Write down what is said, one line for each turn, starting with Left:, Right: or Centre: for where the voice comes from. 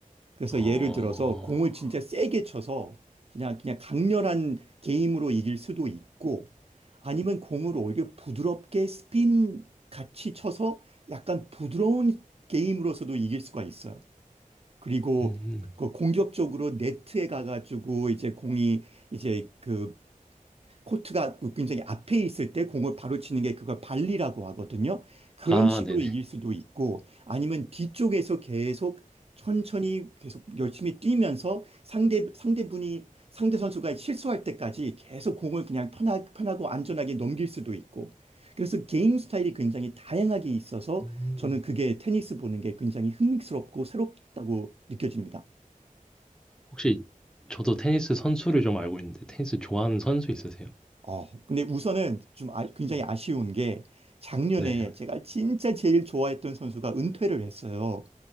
Right: 그래서
Centre: 어.
Right: 예를 들어서 공을 진짜 세게 쳐서 그냥, 그냥 강렬한 게임으로 이길 수도 있고 아니면 공을 오히려 부드럽게 스핀 같이 쳐서 약간 부드러운 게임으로서도 이길 수가 있어요. 그리고
Centre: 음.
Right: 그 공격적으로 네트에 가가지고 이제 공이 이제 그 코트가 굉장히 앞에 있을 때 공을 바로 치는 게 그걸 발리라고 하거든요. 그런
Centre: 아
Right: 식으로
Centre: 네네.
Right: 이길 수도 있고 아니면 뒤쪽에서 계속 천천히 계속 열심히 뛰면서 상대 상대분이 상대 선수가 실수할 때까지 계속 공을 그냥 편하, 편하고 안전하게 넘길 수도 있고 그래서 게임 스타일이 굉장히 다양하게 있어서
Centre: 음.
Right: 저는 그게 테니스 보는 게 굉장히 흥미스럽고 새롭다고 느껴집니다.
Centre: 혹시 저도 테니스 선수를 좀 알고 있는데 테니스 좋아하는 선수 있으세요?
Right: 어, 근데 우선은 좀 아- 굉장히
Centre: 네.
Right: 아쉬운 게 작년에
Centre: 네.
Right: 제가 진짜 제일 좋아했던 선수가 은퇴를 했어요.